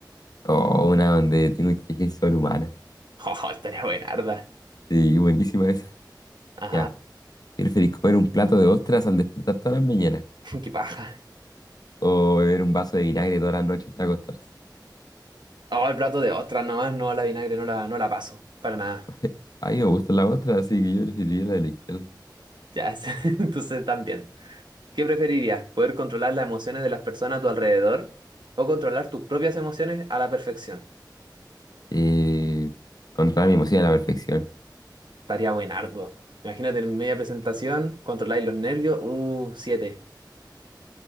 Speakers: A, on the left (about 55°); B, on the right (about 70°).
A: O una donde tengo inteligencia sobrehumana.
B: <laughs> ¡Oh, estaría buenarda!
A: Sí, buenísima esa.
B: Ajá,
A: Ya. ¿Preferís comer un plato de ostras al despertar todas las mañanas?
B: <laughs> qué paja.
A: ¿O beber un vaso de vinagre todas las noches hasta acostarse?
B: Oh, el plato de ostras nomás, no la vinagre, no la, no la paso. Para nada.
A: <laughs> A mí me gustan las ostras, así que yo preferiría la de la izquierda.
B: Ya, <laughs> sí, entonces también. ¿Qué preferirías? ¿Poder controlar las emociones de las personas a tu alrededor? ¿O controlar tus propias emociones a la perfección?
A: Eh, controlar mi emoción a la perfección.
B: Estaría buenardo. Imagínate en media presentación, controláis los nervios. Uh, siete.